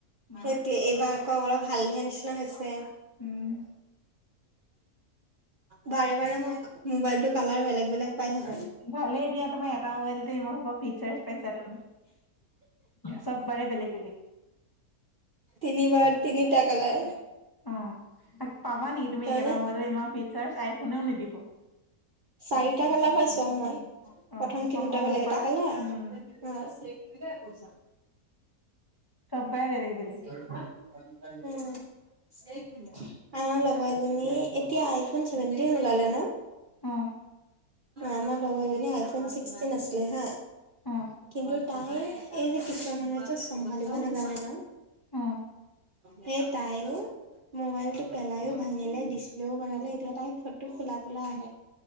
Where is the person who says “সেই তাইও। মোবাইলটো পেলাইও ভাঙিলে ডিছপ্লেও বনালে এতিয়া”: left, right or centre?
Right